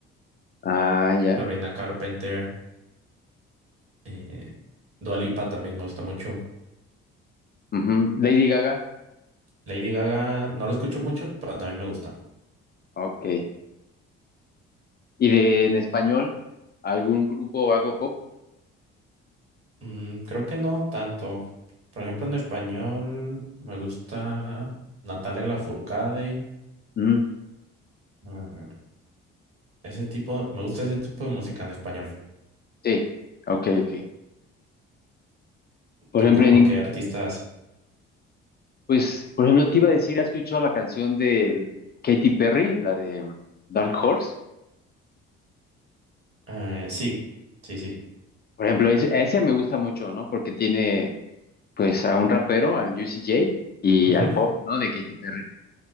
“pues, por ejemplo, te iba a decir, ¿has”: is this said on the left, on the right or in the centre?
Left